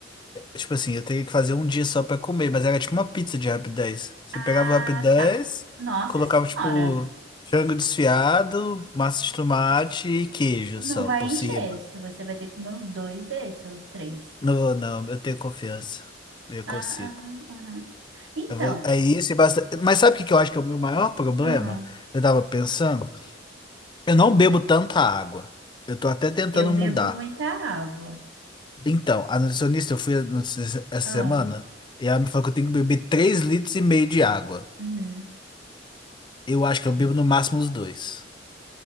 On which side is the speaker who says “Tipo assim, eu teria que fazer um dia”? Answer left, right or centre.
Left